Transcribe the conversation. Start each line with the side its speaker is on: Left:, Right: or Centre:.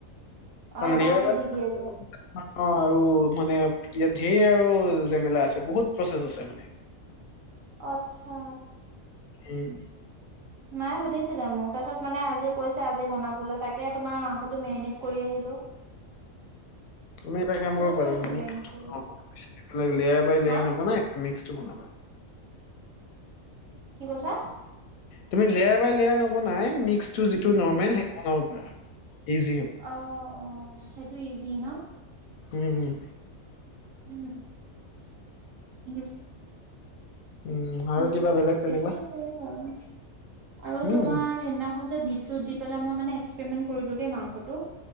Right: অ',
Left: সন্ধিয়াৰবাত
Right: এবাৰতে দি দিয়ে যে।
Left: অ আৰু মানে ইয়াত ধেৰ আৰু জেমেলা আছে বহুত প্ৰচেছ আছে মানে
Right: আচ্ছা
Left: উম
Right: মায়ে সুধিছিলে মোক তাৰপিছত মানে আজি কৈছে আজি বনাবলৈ তাকে তোমাৰ মাংসটো মেৰিনেট কৰি আহিলো
Left: তুমি এটা কাম কৰিব
Right: থৈ
Left: পাৰিলা
Right: দিছোঁ
Left: মিক্স
Right: মেৰিনেট
Left: টো
Right: কৰি।
Left: ব্লক এইবিলাক লেয়াৰ বাই লেয়াৰ
Right: হা,
Left: নবনাই মিক্স টো বনাবা <unintelligible>
Right: কি কৈছা
Left: তুমি লেয়াৰ বাই লেয়াৰ নবনাই মিক্স যিটো নৰ্মেল
Right: অ'।
Left: সেইটো বনাব পাৰা ইজি হ'ব
Right: অ অ সেইটো ইজি ন
Left: উম হম
Right: উম উম
Left: উম
Right: <unintelligible>
Left: আৰু কিবা বেলেগ তেনেকুৱা
Right: ইজিকো কৰিব পাৰা ন আৰু
Left: উম
Right: তোমাৰ সেইদিনাখন যে বিট <unintelligible> চোত দি পেলাই মই মানে এক্সপেৰিমেণ্ট কৰিলোঁ দেই মাংসটো